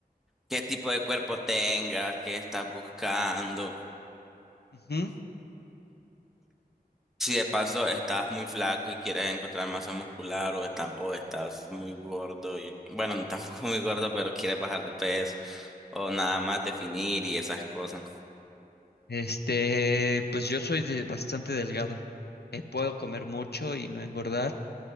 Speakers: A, in the centre; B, on the left.
A: qué tipo de cuerpo tengas, qué estás buscando.
B: Ujú.
A: Si de paso estás muy flaco y quieres encontrar masa muscular o, está- o estás muy gordo y bueno, no, <laughs> tampoco muy gordo, pero quieres bajar de peso o nada más definir y esas cosas.
B: Este, pues yo soy de- bastante delgado. Eh, puedo comer mucho y no engordar.